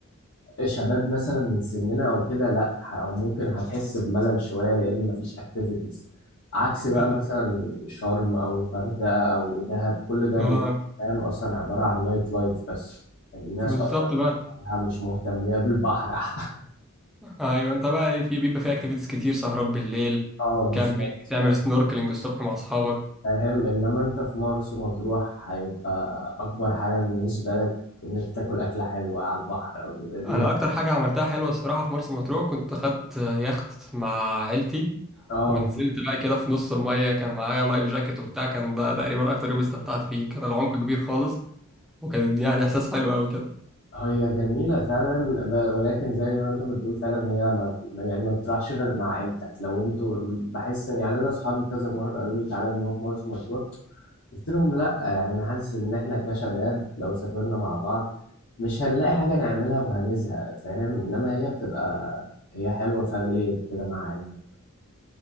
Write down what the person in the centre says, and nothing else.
أوكي.
اه
بالظبط
بقى
ايوه انت بقى ايه في بيبقى في اكتيفيتيز كتير سهرات بالليل
كامبينج تعمل سنوركلينج الصبح مع اصحابك
انا اكتر حاجه عملتها حلوه الصراحه في مرسى مطروح كنت خدت يخت مع عيلتي
ونزلت بقى كده في نص الميه كان معايا لايف جاكيت وبتاع كان ده تقريبا اكتر يوم استمتعت فيه كان العمق كبير خالص وكان يعني احساس حلو قوي كده